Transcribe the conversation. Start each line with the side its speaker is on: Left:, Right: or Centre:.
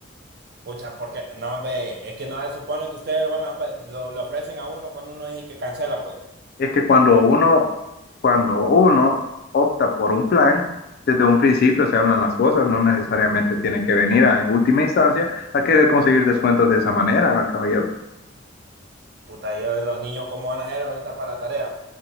Right: Pucha, porque, no, hombre, es que no se supone que ustedes lo, van a pe- lo, le ofrecen a uno cuando uno dice que cancela, pues.
Left: Es que cuando uno, cuando uno opta por un plan, desde un principio se hablan las cosas, no necesariamente tienen que venir a, en última instancia a querer conseguir descuentos de esa manera, caballero.
Right: Puta, yo y los niños, ¿cómo van a hacer ahorita para la tarea?